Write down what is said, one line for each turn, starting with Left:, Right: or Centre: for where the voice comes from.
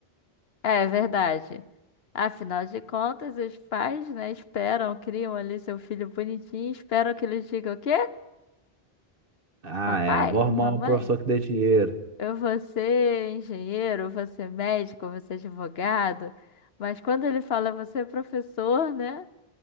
Left: É verdade. Afinal de contas, os pais, né, esperam, criam ali seu filho bonitinho, esperam que ele diga o quê?
Right: Ah,
Left: Papai,
Right: é, vou arrumar
Left: mamãe,
Right: um professor que dê dinheiro.
Left: eu vou ser engenheiro, eu vou ser médico, eu vou ser advogado. Mas quando ele fala, você é professor, né?